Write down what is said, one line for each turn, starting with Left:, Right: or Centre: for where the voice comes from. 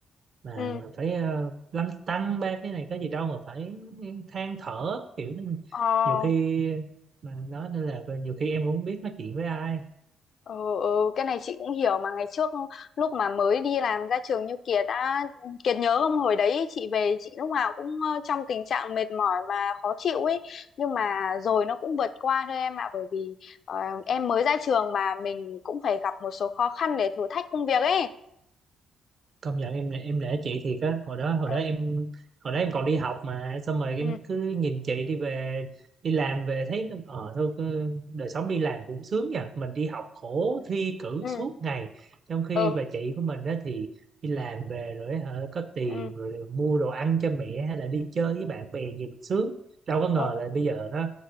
Right: mà
Left: ừ
Right: mà phải uh, lăn tăn ba cái này có gì đâu mà phải than thở kiểu nên
Left: ờ
Right: nhiều khi mà nói nên là nhiều khi em cũng không biết nói chuyện với ai
Left: Ừ, ừ, cái này chị cũng hiểu mà ngày trước lúc mà mới đi làm ra trường như Kiệt đã Kiệt nhớ không hồi đấy chị về chị lúc nào cũng ờ, trong tình trạng mệt mỏi và khó chịu ấy nhưng mà rồi nó cũng vượt qua thôi em ạ bởi vì ờ, em mới ra trường mà mình cũng phải gặp một số khó khăn để thử thách công việc ấy
Right: công nhận em em nể chị thiệt á hồi đó hồi
Left: Ờ,
Right: đó em hồi đó em còn đi học mà xong rồi
Left: ừ
Right: em cứ nhìn chị đi về đi làm về thấy nó- ờ thôi cứ, đời sống đi làm cũng sướng nha mình đi học khổ thi cử
Left: ừ
Right: suốt ngày trong khi
Left: ừ
Right: bà chị của mình đó thì đi làm về rồi hả có tiền
Left: ừ
Right: rồi mua đồ ăn cho mẹ hay là đi chơi với bạn bè nhìn sướng đâu có ngờ
Left: ừ.
Right: là bây giờ nó